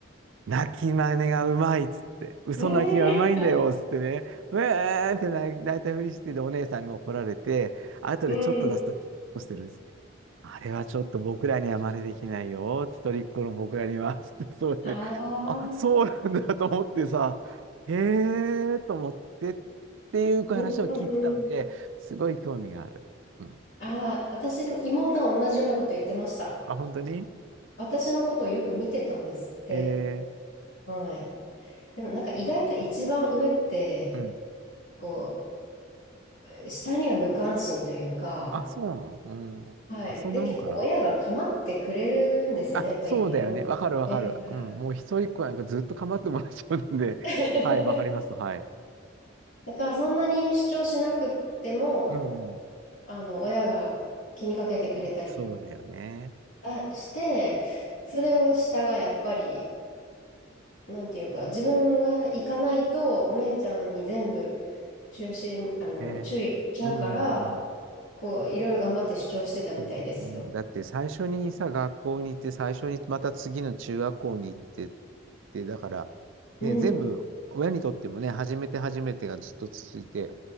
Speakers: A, on the right; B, on the left.
A: 泣き真似がうまいっつって、嘘泣きがうまいんだよっつってね、
B: ねえ
A: うえーって泣泣いたふりしてで、お姉さんが怒られて、後でちょっと出すと、
B: うん。
A: 結構してるっつって、あれはちょっと僕らには真似できないよ、一人っ子の僕らには、つって、そうで、
B: ああ、
A: あ、そうなんだと思ってさ、へえーと思ってっていう話を聞いてたので、
B: うんうんうん。
A: すごい興味がある。うん。
B: ああ、私でも妹は同じようなこと言ってました。
A: あ、本当に
B: 私のことをよく見てたんですって。
A: え
B: はい。でもなんか意外と一番上って、
A: ー、うん。
B: こう、下には無関心というか、
A: あ、そうなのうん。
B: はい。
A: あ、そんなもんかな。
B: で、結構親が構ってくれるんですよね。
A: あ、
B: やっぱ一番上だから。
A: そうだよね。わかるわかる。うん。もう一人っ子なんかずっと構ってもらっちゃうんで。<laughs>
B: <laughs>
A: はい、わかります。はい。
B: だからそんなに主張しなくっても、
A: うん、うん。
B: あの、親が気にかけてくれたり
A: そうだよね。
B: あして、それを下がやっぱり、なんていうか、自分が行かないと、お姉ちゃんに全部中心、あの、
A: ええ。
B: 注意がいっちゃうから、
A: うんうんうん。
B: こう、いろいろ頑張って主張してたみたいですよ。
A: そうだよね。だって最初にさ、学校に行って、最初にまた次の中学校に行ってって、だから、ね、
B: うん。
A: 全部、親にとってもね、初めて初めてがずっと続いて、